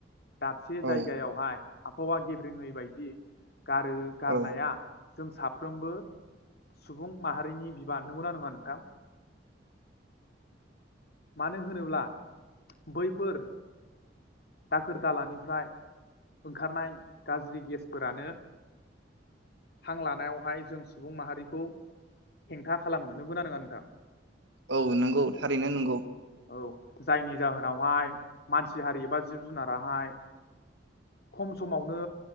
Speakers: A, on the left; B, on the right.
A: दाबसे
B: औ
A: जायगायावहाय आबहावा गेब्रेङै बायदि गारो गारनाया
B: औ
A: जों साफ्रोमबो सुबुं माहारिनि बिबान नगौना नङा नोंथां? मानो होनोब्ला बैफोर दाखोर दालानिफ्राय ओंखारनाय गाज्रि गेसफोरानो हां लानायावहाय जों सुबुं माहारिखौ हेंथा खालामो नोगौना नङा नोंथां?
B: औ नोंगौ थारैनो नोंगौ।
A: औ जायनि जाहोनावहाय मानसि हारि एबा जिब- जुनाराहाय खम समावनो